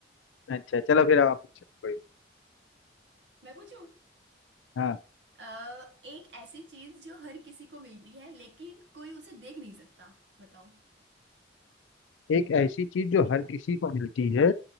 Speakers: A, on the left; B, on the right.
A: अच्छा चलो फिर अब आप पूछो कोई
B: मैं पूछूं
A: हाँ
B: अ, एक ऐसी चीज जो हर किसी को मिलती है लेकिन कोई उसे देख नहीं सकता बताओ
A: एक
B: बहुत
A: ऐसी चीज जो हर किसी को मिलती है